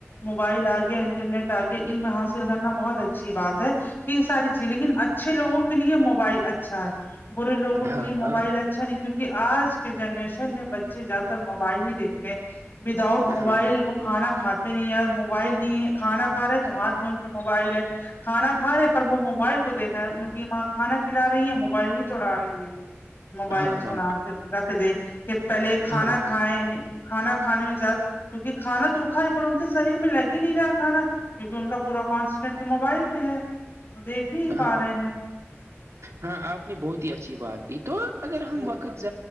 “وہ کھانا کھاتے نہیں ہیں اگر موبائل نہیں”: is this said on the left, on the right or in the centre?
Left